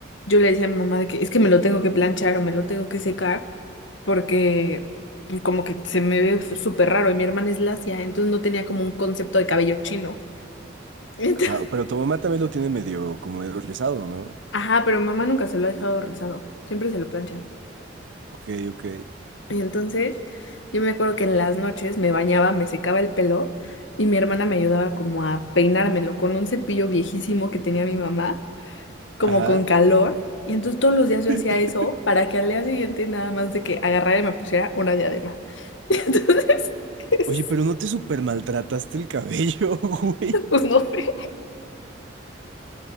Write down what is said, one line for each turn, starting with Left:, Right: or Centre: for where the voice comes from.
Left: yo le decía a mi mamá de que es que me lo tengo que planchar o me lo tengo que secar porque pues, como que se me ve f- súper raro y mi hermana es lacia, entonces no tenía como un concepto de cabello chino. <laughs> Entonces-
Right: ajá. Pero tu mamá también lo tiene medio, como medio rizado, ¿no?
Left: ajá, pero mamá nunca se lo ha dejado rizado, siempre se lo plancha.
Right: Ok, ok.
Left: Y entonces yo me acuerdo que en las noches me bañaba, me secaba el pelo. Y mi hermana me ayudaba como a peinármelo con un cepillo viejísimo que tenía mi mamá. como
Right: Ajá.
Left: con calor. Y entonces todos los días yo
Right: <laughs>
Left: hacía eso para que al día siguiente nada más de que agarrara y me pusiera una diadema. <laughs> Y entonces, <laughs>
Right: Oye, pero no te super maltrataste el cabello, <laughs> güey.
Left: pues no sé.